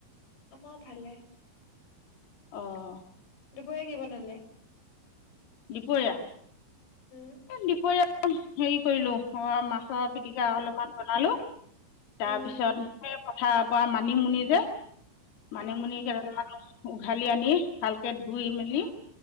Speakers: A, on the left (about 85°); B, on the left (about 60°).
A: আমাৰ ভালে।
B: অহ।
A: দুপৰীয়া কি বনালে।
B: দুপৰীয়া
A: উম
B: দুপৰীয়া। হেৰি কৰিলো, মাছৰ পিটিকা অলপমান বনালো তাৰপিছত
A: উম
B: সেই পথাৰৰ পৰা মানিমুনি যে মানিমুনি
A: অ
B: কেইটালমান উঘালি আনি ভাল। এ ধুই মেলি।
A: অ